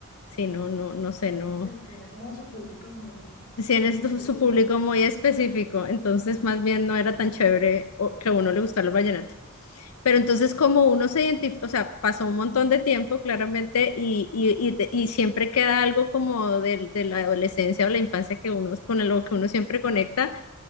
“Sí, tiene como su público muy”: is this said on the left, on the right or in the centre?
Left